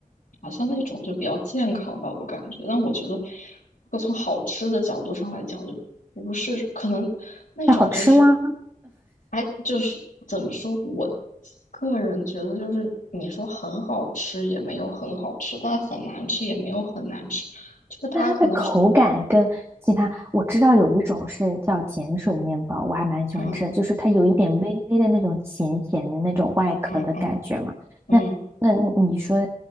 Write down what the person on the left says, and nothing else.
好像那种就比较健康吧，我感觉。但我觉得，如果从好吃的角度上来讲，就不是可能那种就是，
哎，就是怎么说，我个人觉得就是你说很好吃也没有很好吃，但很难吃也没有很难吃，就是它可能就
嗯
嗯嗯嗯，